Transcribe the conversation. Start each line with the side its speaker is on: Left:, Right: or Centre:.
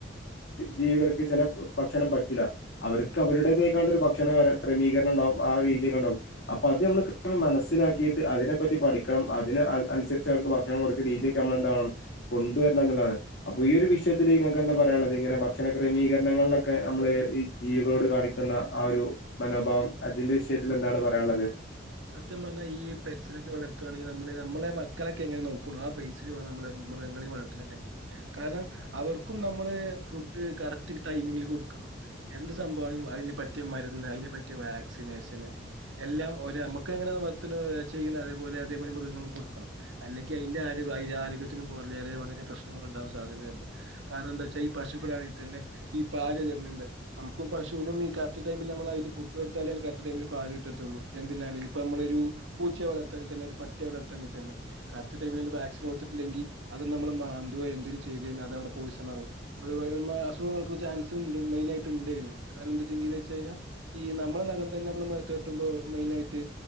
Left: ജീവികൾക്ക് ചില ഭക്ഷണം പറ്റില്ല അവർക്ക് അവരുടേതേക്കാണ്ട
Right: അതെ
Left: ഒരു ഭക്ഷണ ക്രമീകരണം ഉണ്ടാവും. ആഹ് രീതിയക്ക ഉണ്ടാകും. അപ്പൊ അത് നമ്മ മനസ്സിലാക്കിയിട്ട് അതിനെപ്പറ്റി പഠിക്കണം. അതിന് അനുസരിച്ച് അവർക്ക് ഭക്ഷണം കൊടുക്കുന്ന രീതിയൊക്കെ നമ്മളെന്തണം നല്ലതാണ് അപ്പൊ ഈ ഒരു വിഷയത്തിൽ നിങ്ങൾക്ക് എന്താ പറയാനുള്ളത്. ഇങ്ങനെ ഭക്ഷണ ക്രമീകരണങ്ങളിലൊക്കെ അമ്മള് ജീവികളോട് കാണിക്കുന്ന ആ ഒരു മനോഭാവം അതിന്റെ വിഷയത്തിൽ
Right: സ
Left: എന്താണ് പറയാനുള്ളത്.
Right: സത്യം പറഞ്ഞാ ഈ പെറ്റ്സിനൊക്കെ വളർത്തുകയാണെങ്കിൽ നമ്മള് നമ്മളെ മക്കളൊക്കെ എങ്ങനെ നോക്കുന്ന ആ ബേസിൽ വേണം നമ്മൾ മൃഗങ്ങളിൽ. കാരണം അവർക്കും നമ്മള് ഫുഡ് കറക്റ്റ് ടൈമിങ്ങിൽ കൊടുക്കണം. എന്ത് സംഭവമാണ്. അതിന് പറ്റിയ മരുന്ന്. അതിന് പറ്റിയ വാക്സിനേഷൻ എല്ലാം ഒര നമ്മുക്ക എങ്ങനെ ചെയ്യുന്ന അതേപോലെ അതേപോലെ മൃഗങ്ങളും കൊടുക്കണം അല്ലെങ്കി അതിന്റെ ആ ആരോഗ്യത്തിനും കുറേവളരെ പ്രശ്നങ്ങൾ ഉണ്ടാവാൻ സാധ്യതയുണ്ട് കാരണം എന്താ വച്ചാ ഈ പശുക്കളാണെിൽ തന്നെ ഈ പാല് തരുന്നുണ്ട് നമുകു പശുനും ഈ കറക്ട് ടൈമിൽ നമ്മൾ അയ്ന് ഫുഡ് കൊടുത്താല ടൈമിൽ പാ കിട്ടത്തുള്ളൂ എന്തിനാല ഇപ്പ നമ്മളൊരു പൂച്ചയ വളർത്താണങ്കി തന്നെ ഒരു പട്ടിയെ വളർത്താണങ്കിൽ തന്നെ കറക്റ്റ് ടൈമ വാക്സിൻ കൊടുത്തിട്ടില്ലെങ്കിൽ അത് നമ്മള് മാന്തുക എന്തെങ്കും ചെയ്തൽ അത് അവിടെ പോയിസൺ ആകും അത്പോലെയുള്ള അസുഖങ്ങൾ ക്ക് ചാൻസ ഉണ്ട് മെയിനായിട്ട്ഉണ്ട് കാരണം എന്താന്ന ചോയ്ചയ്ഞാ ഈ നമ്മളെ നഖം തന്നെ നമ്മള് മേത്ത് ത ട്ടുമ്പോ മെയിനായിട്ട്